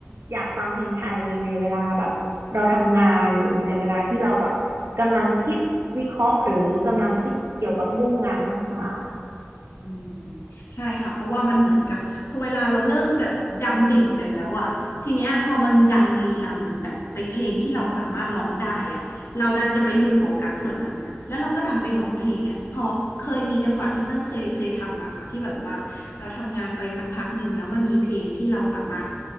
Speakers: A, on the right (about 85°); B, on the left (about 80°).
A: อยากฟังเพลงไทยในเวลาแบบเราทำงานหรือในเวลาที่เราแบบกำลังคิดวิเคราะห์หรือกำลังคิดเกี่ยวกับเรื่องงานมากกว่า
B: อืมใช่ค่ะเพราะว่ามันเหมือนกับพอเวลาเราเริ่มแบบดำดิ่งไปแล้วอะทีเนี้ยพอมันดันรีรันแบบไปเพลงที่เราสามารถร้องได้อะเราดันจะไปหลุดโฟกัสส่วนนั้นน่ะแล้วเราก็ดันไปร้องเพลงอะพอเคยมีจังหวะที่เต้นเคยเคยทำนะคะที่แบบว่าเราทำงานไปสักพักหนึ่งแล้วมันมีเพลงที่เราสามารถ